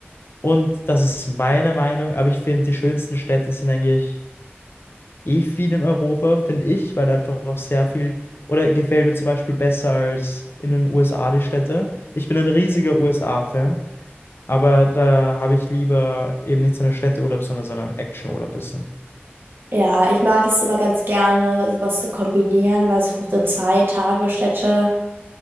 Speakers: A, on the left; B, on the right.
A: Und das ist meine Meinung, aber ich finde, die schönsten Städte sind eigentlich eh viel in Europa, finde ich, weil einfach auch sehr viel, oder gefällt mir zum Beispiel besser als in den USA die Städte. Ich bin ein riesiger USA-Fan, aber da habe ich lieber eben nicht so einen Städteurlaub, sondern so einen Actionurlaub bisschen.
B: Ja, Ich mag es immer ganz gerne, sowas zu kombinieren, weil so, so zwei Tage Städte